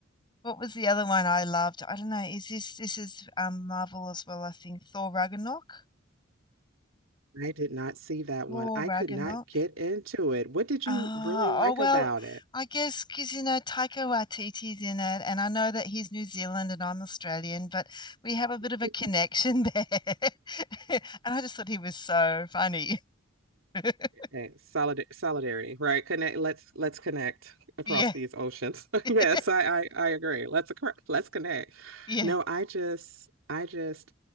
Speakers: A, on the left; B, on the right.
A: what was the other one I loved? I don't know. Is this this is um Marvel as well, I think. Thor Ragnarok?
B: I did not see that
A: Thor
B: one. I
A: Ragnarok.
B: could not get into it. What did
A: Ah,
B: you really like
A: oh well,
B: about it?
A: I guess because you know Taika Waititi's in it, and I know that he's New Zealand and I'm Australian, but we have a bit
B: <laughs>
A: of a connection there. <laughs> And I just thought he was so funny. <laughs>
B: okay, solid solidarity, right? Connect. Let's let's connect across
A: Yeah,
B: these oceans. <laughs>
A: <laughs>
B: yes, I, I I agree. Let's let's connect.
A: yeah,
B: No, I just I just